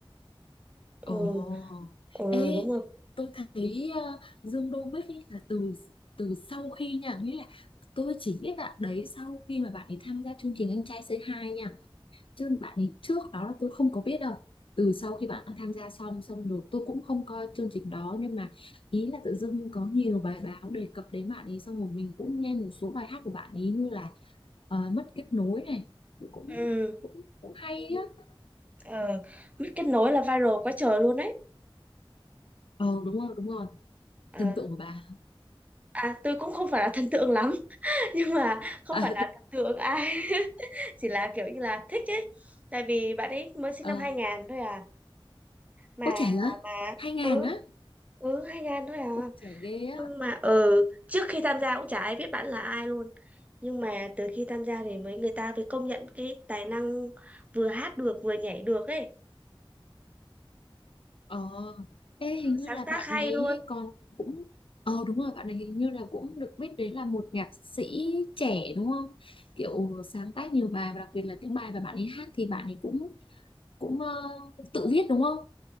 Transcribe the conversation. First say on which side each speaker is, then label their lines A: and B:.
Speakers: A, on the right; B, on the left.
A: Ừ,
B: ồ
A: ừ
B: ê
A: đúng rồi.
B: tôi thấy ờ, Dương Đô Bích ấy là từ từ sau khi nha nghĩa là tôi chỉ biết bạn đấy sau khi mà bạn ấy tham gia chương trình anh trai C2 nha chứ bạn ấy trước đó là tôi không có biết đâu từ sau khi bạn tham gia xong xong rồi tôi cũng không coi chương trình đó nhưng mà ý là tự dưng có nhiều bài báo đề cập đến bạn ấy xong rồi mình cũng nghe một số bài hát của bạn ấy như là ờ, mất kết nối này cũng
A: Ừ,
B: cũng, cũng hay á
A: ờ, Mít kết nối là viral quá trời luôn đấy.
B: ờ đúng rồi đúng rồi
A: Ờ,
B: thần tượng của bà
A: à tôi cũng không phải là thần tượng lắm <laughs> nhưng mà không
B: <laughs>
A: phải
B: à,
A: là thần tượng ai <laughs> chỉ là kiểu như là thích ấy tại vì bạn ấy mới sinh
B: ờ,
A: năm 2000 thôi à mà
B: ôi trẻ á
A: mà
B: hai ngàn
A: ừ
B: á
A: ừ 2000 thôi à
B: ôi trẻ ghê
A: nhưng
B: á
A: mà ừ trước khi tham gia cũng chả ai biết bạn là ai luôn nhưng mà từ khi tham gia thì mấy người ta mới công nhận cái tài năng vừa hát được vừa nhảy được ấy
B: Ờ, ê,
A: Ừ,
B: hình như
A: sáng
B: là
A: tác
B: bạn
A: hay
B: này ấy
A: luôn
B: còn cũng Ờ đúng rồi, bạn này hình như là cũng được biết đến là một nhạc sĩ trẻ đúng không? Kiểu sáng tác nhiều bài và đặc biệt là tiếng bài và bạn ấy hát thì bạn ấy cũng cũng ờ, tự viết đúng không?